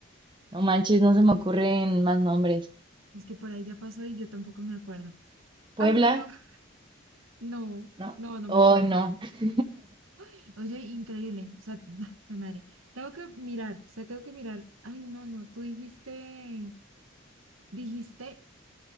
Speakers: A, on the right (about 25°); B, on the right (about 80°).
A: no manches, no se me ocurren más nombres.
B: Es que por ahí ya pasó y yo tampoco me acuerdo.
A: Puebla,
B: Ay, bueno, <laughs> no,
A: ¿no?
B: no, no
A: Oh,
B: me suena.
A: no, <laughs>
B: Ay, Oye, increíble. O sea, <laughs> me madre. Tengo que mirar, o sea, tengo que mirar. Ay, no, no. Tú dijiste, dijiste